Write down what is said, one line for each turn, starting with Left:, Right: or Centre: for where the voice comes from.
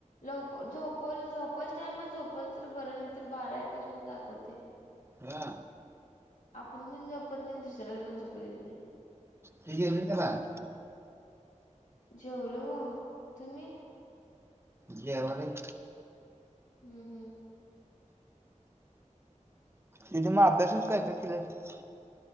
Left: लव झोप झोपायच टायमला झोपल तर बरं नाही तर बारा एक वाजूस पर्यंत जागवतंय.
Right: वा
Left: आपण पण झोपत नाही, आणि दुसऱ्याला पण झोपू देत नाही.
Right: तु जेवलीस का बाळा?
Left: जेवलो बबा, तुम्ही?
Right: जेवालोय.
Left: हम्म हम्म
Right: दिदी मग अभ्यासाच काय काय केल्यास?